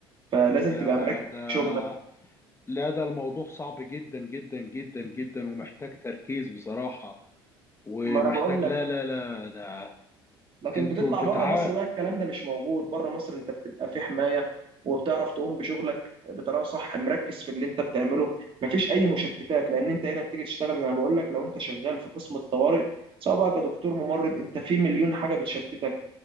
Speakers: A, on the right (about 45°); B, on the left (about 20°).
A: فلازم
B: يا
A: تبقى مركز
B: ده
A: في شغلك
B: لا ده الموضوع صعب جدا جدا جدا جدا ومحتاج تركيز بصراحة ومحتاج
A: ما أنا بقول لك
B: لا لا لا ده
A: لكن
B: انتوا
A: بتطلع
B: بتاع
A: بره مصر بقى الكلام ده مش موجود بره مصر انت بتبقى في حماية وبتعرف تقوم بشغلك بطريقة صح مركز في اللي انت بتعمله مفيش اي مشتتات لان انت هنا بتيجي تشتغل زي ما بقول لك لو انت شغال في قسم الطوارئ سواء بقى كدكتور ممرض انت في مليون حاجة بتشتتك